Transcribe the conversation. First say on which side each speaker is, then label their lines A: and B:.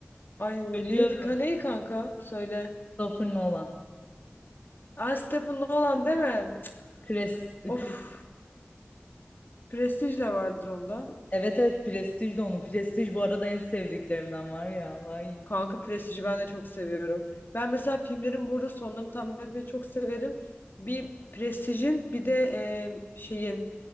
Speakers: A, on the left (about 55°); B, on the left (about 40°).
A: Ay
B: Ölüyorum.
A: neydi? Ka neyi kanka? Söyle.
B: Christopher Nolan.
A: Aa Stephen Nolan değil mi? Cık,
B: Chris, Chris-
A: Of. Prestige de vardır onda.
B: Evet evet Prestige de onun. Prestige bu arada en sevdiklerimden var ya. Ay
A: Kanka Prestige'i ben de çok seviyorum. Ben mesela filmlerin burada sonlarını tahmin etmeyi çok severim. Bir Prestige'in bir de e, şeyin